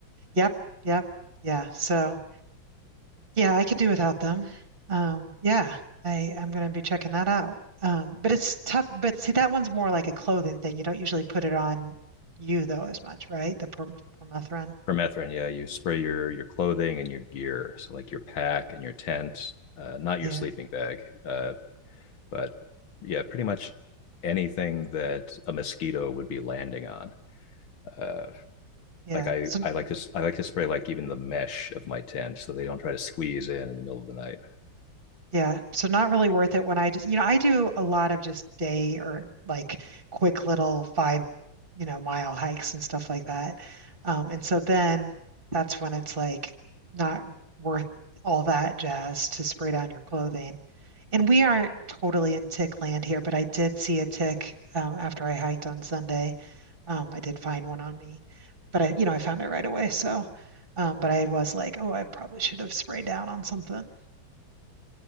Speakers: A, on the right; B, on the left.
A: Yep, yep, yeah. So, yeah, I could do without them. Um, yeah, I I'm gonna be checking that out. Um, but it's tough. But see, that one's more like a clothing thing. You don't usually put it on you though as much, right? The per permethrin.
B: Permethrin, yeah, you spray your your clothing and your gear, so like your pack and your tent, uh, not
A: Yeah,
B: your sleeping bag, uh, but yeah, pretty much anything that a mosquito would be landing on. Uh,
A: yeah.
B: like I,
A: So
B: I like to s- I like to spray like even the mesh of my tent so they don't try to squeeze in in the middle of the night.
A: Yeah, so not really worth it when I just, you know, I do a lot of just day or like quick little five, you know, mile hikes and stuff like that. Um, and so then that's when it's like not worth all that jazz to spray down your clothing. And we aren't totally in tick land here, but I did see a tick um, after I hiked on Sunday. Um, I did find one on me, but I, you know, I found it right away. So, um, but I was like, oh, I probably should have sprayed down on something.